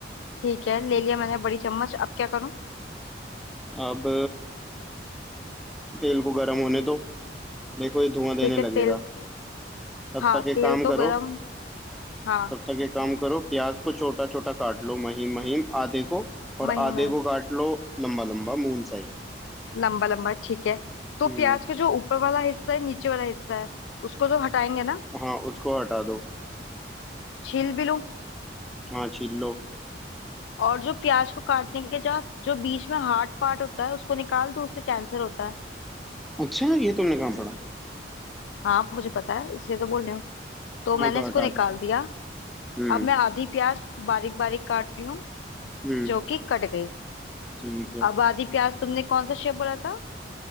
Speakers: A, on the left (about 85°); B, in the centre.
A: ठीक है ले लिया मैंने बड़ी चम्मच अब क्या करूं
B: अब तेल को गर्म होने दो देखो ये धुआं देने
A: ठीक
B: लगेगा
A: है तेल
B: तब
A: हाँ
B: तक एक
A: तेल
B: काम
A: तो
B: करो
A: गरम हाँ
B: तब तक एक काम करो प्याज को छोटा छोटा काट लो महीन महीन आधे को और
A: महीन
B: आधे
A: महीन
B: को काट लो लंबा लंबा मून साइज
A: लंबा लंबा ठीक है तो
B: हम्म
A: प्याज का जो ऊपर वाला हिस्सा है नीचे वाला हिस्सा है उसको तो हटाएंगे ना
B: हाँ उसको हटा दो
A: छील भी लूं
B: हाँ छील लो
A: और जो प्याज को काटने के बाद जो बीच में हार्ड पार्ट होता है उसको निकाल दूं उससे कैंसर होता है
B: अच्छा ये तुमने कहाँ पढ़ा
A: हाँ मुझे पता है इसलिए तो बोल रही हूँ तो मैंने
B: हाँ तो
A: इसको
B: हटा
A: निकाल
B: दो
A: दिया
B: हम्म
A: अब मैं आधी प्याज बारीक बारीक काट रही हूँ
B: हम्म
A: जो कि कट गई
B: ठीक है
A: अब आधी प्याज तुमने कौन सा शेप बोला था